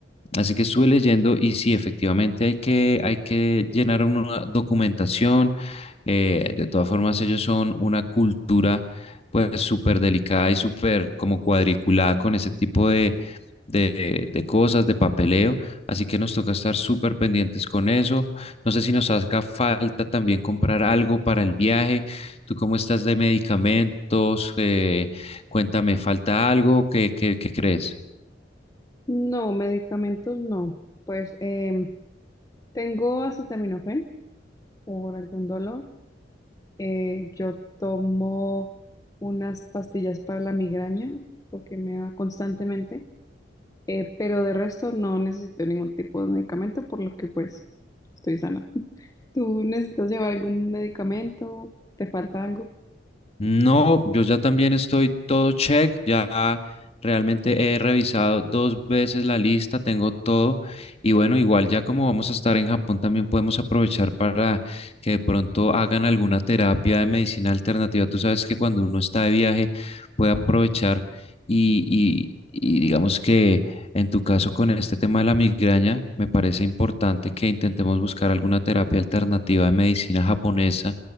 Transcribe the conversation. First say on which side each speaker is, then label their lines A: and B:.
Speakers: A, on the left; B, on the left.
A: Así que estuve leyendo y sí, efectivamente hay que, hay que llenar una documentación. eh, de todas formas, ellos son una cultura pues súper delicada y súper como cuadriculada con ese tipo de, de, de cosas, de papeleo. Así que nos toca estar súper pendientes con eso. No sé si nos haga falta también comprar algo para el viaje. ¿Tú cómo estás de medicamentos? Eh, cuéntame, ¿falta algo? ¿Qué, qué, qué crees?
B: No, medicamentos no. Pues em, Tengo acetaminofén por algún dolor. Eh, yo tomo unas pastillas para la migraña porque me da constantemente, Eh, pero de resto no necesito ningún tipo de medicamento, por lo que pues estoy sana. <laughs> ¿Tú necesitas llevar algún medicamento? ¿Te falta algo?
A: No, yo ya también estoy todo check, ya realmente he revisado dos veces la lista, tengo todo y bueno, igual ya como vamos a estar en Japón también podemos aprovechar para que de pronto hagan alguna terapia de medicina alternativa. Tú sabes que cuando uno está de viaje puede aprovechar y, y y digamos que en tu caso con este tema de la migraña me parece importante que intentemos buscar alguna terapia alternativa de medicina japonesa